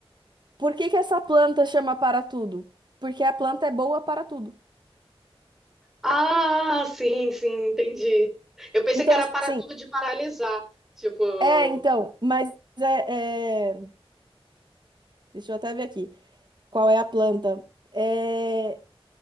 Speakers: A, on the right; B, in the centre.
A: Por que que essa planta chama para-tudo? Porque a planta é boa para tudo.
B: Ah, sim, sim, entendi. Eu pensei
A: Então,
B: que era
A: assim,
B: para tudo de paralisar, tipo,
A: é, então, mas é, é- Deixa eu até ver aqui. Qual é a planta? É...